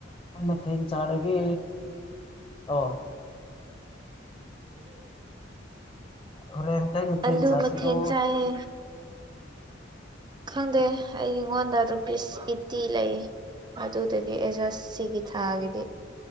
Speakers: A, on the left (about 30°); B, on the right (about 20°).
A: ꯀꯩ ꯃꯊꯦꯟ ꯆꯥꯔꯒꯦ ꯑ ꯍꯣꯔꯦꯟ ꯀꯩ ꯃꯊꯦꯜ
B: ꯑꯂꯨ
A: ꯆꯥꯁꯤꯔꯣ
B: ꯃꯊꯦꯟ ꯆꯥꯢꯌꯦ ꯈꯪꯗꯦ ꯑꯩꯉꯣꯟꯗ ꯔꯨꯄꯤꯁ ꯏꯠꯇꯤ ꯂꯩꯌꯦ ꯑꯗꯨꯗꯒꯤ ꯑꯦꯖꯁ ꯁꯤꯒꯤ ꯊꯥꯒꯤꯗꯤ